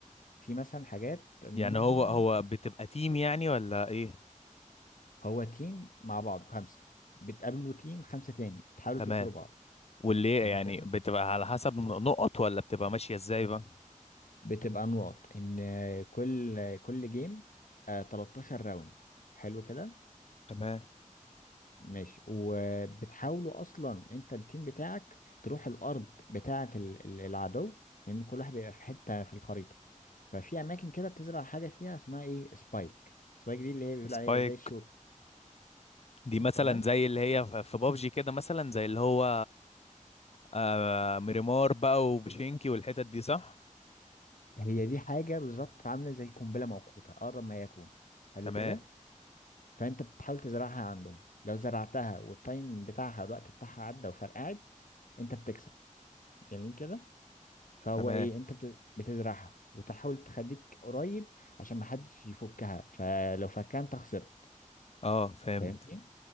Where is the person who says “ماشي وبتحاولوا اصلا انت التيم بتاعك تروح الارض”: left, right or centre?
Left